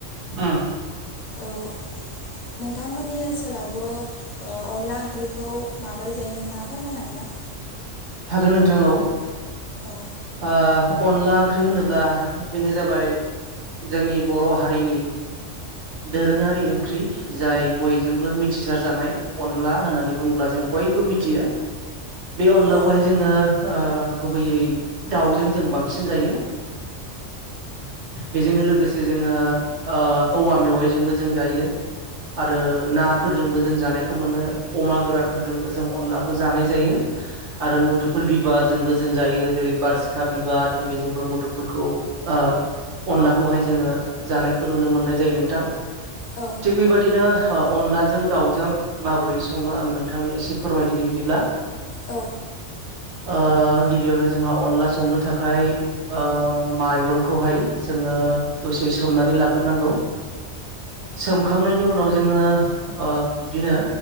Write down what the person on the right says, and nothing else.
ओम
हागोन नोंथां औ।
ओ अनला ओंख्रि होनोब्ला बेनो जाबाय जोंनि बर' हारिनि दोरोङारि ओंख्रि जाय बयजोंबो मिथिसारजानाय अनला होननानै बुङोब्ला जों बयबो मिथियो। बे अ
खौहाय जोङो ओ गुबैयै दाउजों जों बांसिन जायो। बेजोंनो लोगोसे जोङो ओ औवा मेवाइजोंबो जों जायो। आरो नाफोरजोंबो जों जानायखौ मोनो अमा गोरानफोरजोंबो जों अनलाखौ जानाय जायो। आरो मुदुफुल बिबारजोंबो जों जायो। जेरै बारसिखा बिबार जों बेजों मुदुफुलखौ ओ अनलाखौहाय जोङो जानाय खौ नुनो मोननाय जायो नोंथां
थिग बेबायदिनो अनलाजों दाउजों माबोरै सङो आं नोंथांनो एसे फोरमायदिनि बिदिब्ला।
ओ गिबियावनो जोंहा अनला संनो थाखाय ओ माइरंखौहाय जोङो दसे सोमनानै लाग्रोनांगौ। सोमखांनायनि उनाव जोङो ओ बिदिनो